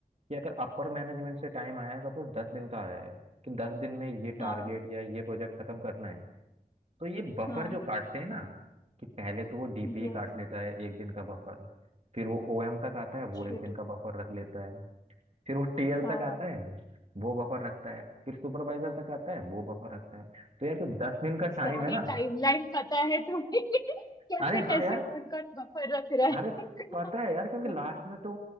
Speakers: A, on the right; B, on the left.
A: कि अगर अपर मैनेजमेंट से टाइम आया है सपोज दस दिन का आया है कि दस दिन में ये
B: हाँ
A: टारगेट या ये प्रोजेक्ट खत्म करना है तो ये बफर
B: हाँ
A: जो काटते हैं ना कि पहले तो वो डीपी
B: Yes
A: काट लेता है एक दिन का बफर फिर वो ओएम तक आता
B: actually
A: है वो एक दिन का बफर रख लेता है फिर वो टीएल
B: हाँ
A: तक आता है वो बफर रखता है फिर सुपरवाइजर तक आता है वो बफर रखता है तो यार जो दस दिन का
B: सारी
A: टाइम है ना
B: टाइमलाइन पता है तुम्हें <laughs> कैसे
A: अरे
B: कैसे
A: हाँ यार
B: कौन कौन बफर रख रहा
A: अरे पता है यार क्योंकि
B: है
A: लास्ट
B: <laughs>
A: में तो